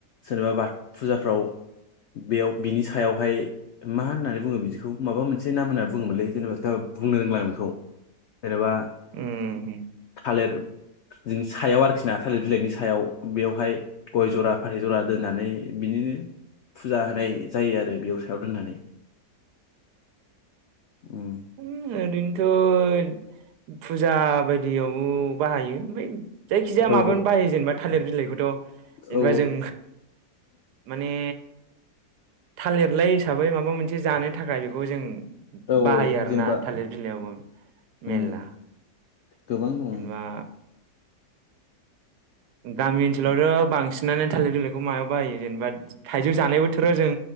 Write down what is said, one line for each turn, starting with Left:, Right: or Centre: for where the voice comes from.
Left: सोरनिबा बाथ फुजाफ्राव बेयाव बिनि सायावहाय मा होननानै बुङो बिदिखौ माबा मोनसे नाम होनना बुङोमोनलै जेनेबा बुंनो रोंला आं बेखौ। जेनेबा
Right: उम।
Left: थालिर जोंनि सायाव आरोखि ना थालिर बिलाइनि सायाव बेवहाय गय जरा फाथै जरा दोननानै बिनिनो फुजा होनाय जायो आरो बेयाव सायाव दोननानै उम।
Right: उम ओरैनोथ' फुजा बायदियावबो बाहायो ओमफ्राय जायखिजाया
Left: औ
Right: माबायावनो बाहायो जेनेबा थालिर बिलाइखौथ'। जेनेबा
Left: औ
Right: जों माने। थालिर लाय हिसाबै माबा मोनसे जानो थाखाय बेखौ जों
Left: औ
Right: बाहायो
Left: औ
Right: आरोना
Left: जेनेबा
Right: थालिर बिलायावबो
Left: उम
Right: मेरला।
Left: गोबां दङ'।
Right: जेनेबा गामि ओनसोलावथ' बांसिनानो थालिर बिलाइखौ मायाव बाहायो जेनेबा? थाइजौ जानाय बोथोराव जों